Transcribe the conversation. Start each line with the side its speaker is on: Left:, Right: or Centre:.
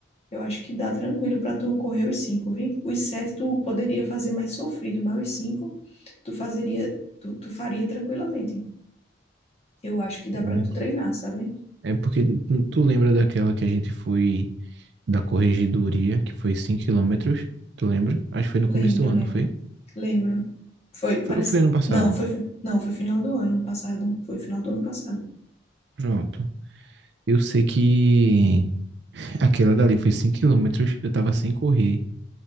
Left: eu acho que dá tranquilo pra tu correr os cinco, viu? Os sete tu poderia fazer mais sofrido, mas os cinco tu fazeria, tu, tu faria tranquilamente. Eu acho que dá
Right: É,
Left: pra tu treinar, sabe?
Right: é porque tu tu lembra daquela que a gente foi da corregedoria, que foi 5 quilômetros? Tu lembra? Acho que foi no
Left: Lembro,
Right: começo do ano,
Left: lembro.
Right: não foi?
Left: Lembro. Foi, parece.
Right: Foi, ou foi ano passado.
Left: Não, foi, fi- não, foi final do ano passado. Foi final do ano passado.
Right: Pronto. Eu sei que aquela dali foi 5 quilômetros, eu tava sem correr.